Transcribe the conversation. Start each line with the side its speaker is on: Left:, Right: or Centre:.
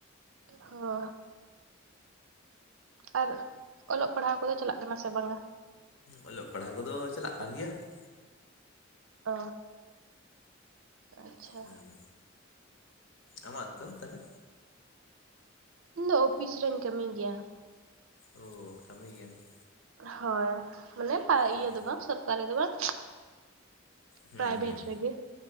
Right: ᱦᱚ ᱾ ᱟᱨ ᱚᱞᱚᱜ ᱯᱟᱲᱦᱟᱣ ᱠᱚᱫᱚ ᱪᱟᱞᱟᱜ ᱠᱟᱱᱟ ᱥᱮ ᱵᱟᱝᱟ?
Left: ᱚᱞᱚᱜ ᱯᱟᱲᱦᱟᱣ ᱠᱚᱫᱚ ᱪᱟᱞᱟᱜ ᱠᱟᱱ ᱜᱮᱭᱟ ᱾
Right: ᱚ ᱟᱪᱪᱷᱟ
Left: ᱦᱩᱸ ᱟᱢᱟᱜ ᱫᱚ ᱛᱟᱦᱚᱞᱮ
Right: ᱤᱧ ᱫᱚ ᱚᱯᱷᱤᱥ ᱨᱮᱧ ᱠᱟᱹᱢᱤ ᱜᱮᱭᱟ ᱾
Left: ᱚ ᱠᱟᱹᱢᱤ ᱜᱮᱭᱟᱢ ᱾
Right: ᱦᱚᱭ ᱢᱟᱱᱮ
Left: ᱦᱩᱸ
Right: ᱤᱭᱟᱹ ᱫᱚ ᱵᱟᱝ ᱥᱚᱨᱠᱟᱨᱤ ᱫᱚ ᱵᱟᱝ
Left: ᱦᱮᱸ
Right: ᱯᱨᱟᱭᱵᱷᱮᱴ
Left: ᱦᱩᱸ
Right: ᱨᱮᱜᱮ